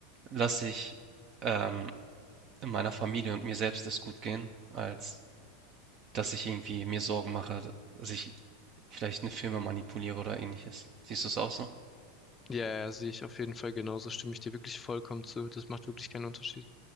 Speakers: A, on the right (about 40°); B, on the left (about 20°).
A: lasse ich ähm, meiner Familie und mir selbst es gut gehen, als dass ich irgendwie mir Sorgen mache, dass ich vielleicht eine Firma manipuliere oder ähnliches. Siehst du es auch so?
B: Ja, ja, sehe ich auf jeden Fall genauso, stimme ich dir wirklich vollkommen zu. Das macht wirklich keinen Unterschied.